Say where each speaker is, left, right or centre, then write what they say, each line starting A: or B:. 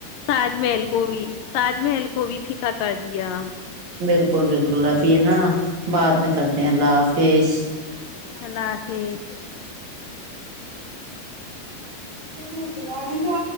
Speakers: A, on the left; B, on the right.
A: تاج محل کو بھی تاج محل کو کو بھی پیکا کر دیا
B: بالکل بالکل اب یہ نا بعد میں کرتے ہیں اللہ حافظ
A: اللہ حافظ
B: ا جھوٹنا و